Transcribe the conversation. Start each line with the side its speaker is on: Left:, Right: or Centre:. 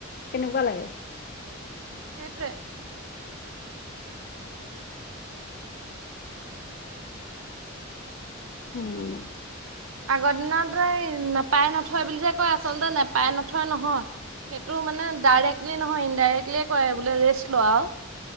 Left: কেনেকুৱা লাগে।
Right: সেইটোৱে।
Left: উম
Right: আগৰ দিনত নেপাই নথয় বুলি যে কয়, আচলতে নেপাই নথয় নহয়। সেইটো মানে, ডাইৰেক্টলি নহয়, ইনডাইৰেক্টলিয়ে কৈ বোলে ৰেষ্ট লোৱা আৰু।